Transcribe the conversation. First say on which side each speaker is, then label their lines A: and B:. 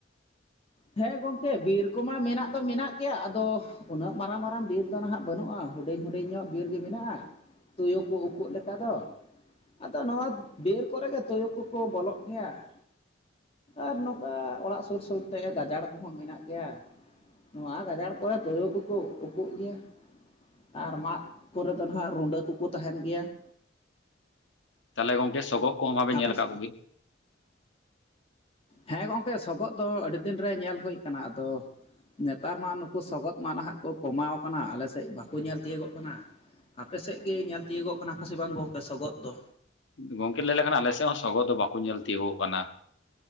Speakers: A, on the left (about 30°); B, on the left (about 65°).
A: ᱦᱮᱸ ᱜᱚᱢᱠᱮ ᱵᱤᱨ ᱠᱚᱢᱟ ᱢᱮᱱᱟᱜ ᱫᱚ ᱢᱮᱱᱟᱜ ᱜᱮᱭᱟ ᱟᱫᱚ ᱩᱱᱟᱹᱜ ᱢᱟᱨᱟᱝ ᱢᱟᱨᱟᱝ ᱵᱤᱨ ᱫᱚ ᱱᱟᱦᱟᱜ ᱵᱟᱹᱱᱩᱜᱼᱟ ᱦᱩᱰᱤᱧ ᱦᱩᱰᱤᱧ ᱧᱚᱜ ᱵᱤᱨ ᱜᱮ ᱢᱮᱱᱟᱜᱼᱟ ᱾ ᱛᱩᱭᱩ ᱠᱚ ᱩᱰᱩᱠᱚᱜ ᱞᱮᱠᱟ ᱫᱚ ᱟᱫᱚ ᱱᱚᱣᱟ ᱵᱤᱨ ᱠᱚᱨᱮ ᱜᱮ ᱛᱩᱭᱩ ᱠᱚᱠᱚ ᱵᱚᱞᱚᱜ ᱜᱮᱭᱟ ᱾ ᱟᱨ ᱱᱚᱝᱠᱟ ᱚᱲᱟᱜ ᱥᱩᱨ ᱥᱩᱨ ᱱᱚᱛᱮ ᱜᱮ ᱜᱟᱡᱟᱲ ᱠᱚᱦᱚᱸ ᱢᱮᱱᱟᱜ ᱜᱮᱭᱟ, ᱱᱚᱣᱟ ᱜᱟᱡᱟᱲ ᱠᱚᱨᱮ ᱛᱩᱭᱩ ᱠᱚᱠᱚ ᱩᱠᱩᱜ ᱜᱮᱭᱟ ᱾ ᱟᱨ ᱢᱟᱫ ᱠᱚᱨᱮ ᱫᱚ ᱱᱟᱦᱟᱜ ᱨᱩᱰᱟᱹ ᱠᱚᱠᱚ ᱛᱟᱦᱮᱱ ᱜᱮᱭᱟ ᱾
B: ᱛᱟᱦᱚᱞᱮ ᱜᱚᱝᱠᱮ ᱥᱚᱜᱚᱜ ᱠᱚᱦᱚᱸ <unintelligible>
A: ᱟᱯᱮ
B: ᱧᱮᱞ
A: ᱥᱮᱫ
B: ᱟᱠᱟᱜ ᱠᱚᱜᱮ?
A: ᱦᱮᱸ ᱜᱚᱝᱠᱮ ᱥᱚᱜᱚᱜ ᱫᱚ ᱟᱹᱰᱤ ᱫᱤᱱ ᱨᱮ ᱧᱮᱞ ᱦᱩᱭ ᱟᱠᱟᱱᱟ ᱟᱫᱚ ᱱᱮᱛᱟᱨ ᱢᱟ ᱱᱩᱠᱩ ᱥᱚᱜᱚᱫ ᱢᱟ ᱱᱟᱦᱟᱜ ᱠᱚ ᱠᱚᱢᱟᱣ ᱟᱠᱟᱱᱟ ᱟᱞᱮ ᱥᱮᱫ ᱵᱟᱠᱩ ᱧᱮᱞ ᱛᱤᱭᱳᱜᱚᱜ ᱠᱟᱱᱟ ᱾ ᱟᱯᱮ ᱥᱮᱫ ᱜᱮ ᱧᱮᱞ ᱛᱤᱭᱳᱜᱚᱜ ᱠᱟᱱᱟ ᱠᱚ ᱥᱮ ᱵᱟᱝ ᱜᱚᱝᱠᱮ ᱥᱚᱜᱚᱫ ᱫᱚ?
B: ᱜᱚᱝᱠᱮ ᱞᱟᱹᱭ ᱞᱮᱠᱷᱟᱱ ᱟᱞᱮ ᱥᱮᱫ ᱦᱚᱸ ᱥᱚᱜᱚᱫ ᱫᱚ ᱵᱟᱠᱩ ᱧᱮᱞ ᱛᱤᱭᱳᱜᱚᱜ ᱠᱟᱱᱟ ᱾